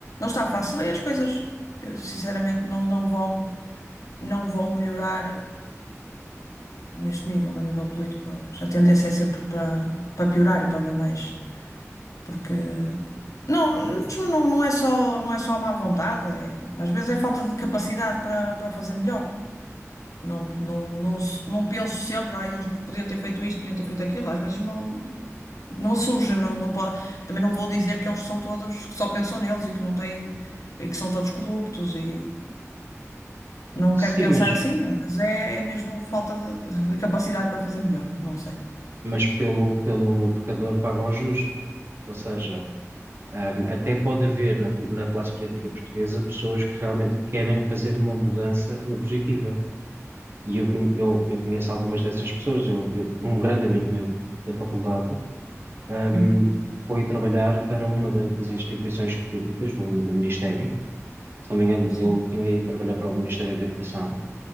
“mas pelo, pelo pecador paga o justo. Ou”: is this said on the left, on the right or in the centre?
Right